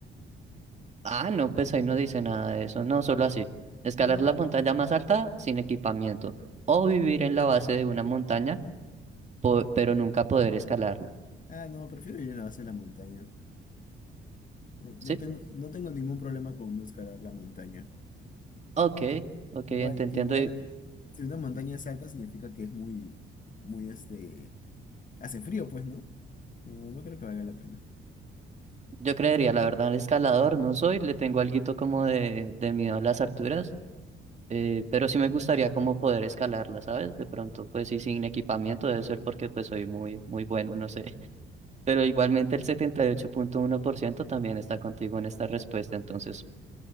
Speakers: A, on the right; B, on the left.
A: Ah, no, pues ahí no dice nada de eso, no, solo así. Escalar
B: No.
A: la montaña más alta sin equipamiento o vivir en la base de una montaña, po- pero nunca poder escalarla.
B: Ah, no, prefiero vivir en la base de la montaña. No, no
A: ¿Sí?
B: tengo, no tengo ningún problema con no escalar la montaña.
A: Ok, ok,
B: Igual,
A: ent- entiendo.
B: igual,
A: y-
B: si una montaña es alta, significa que es muy, muy, este, hace frío, pues, ¿no? No, no creo que valga la pena.
A: Yo creería, la verdad, escalador no soy, le tengo alguito como de, de miedo a las alturas, eh, pero sí me gustaría como poder escalarla, ¿sabes? De pronto, pues sí, sin equipamiento debe ser porque pues soy muy, muy bueno, no sé. <laughs> Pero igualmente el setenta y ocho punto uno por ciento también está contigo en esta respuesta, entonces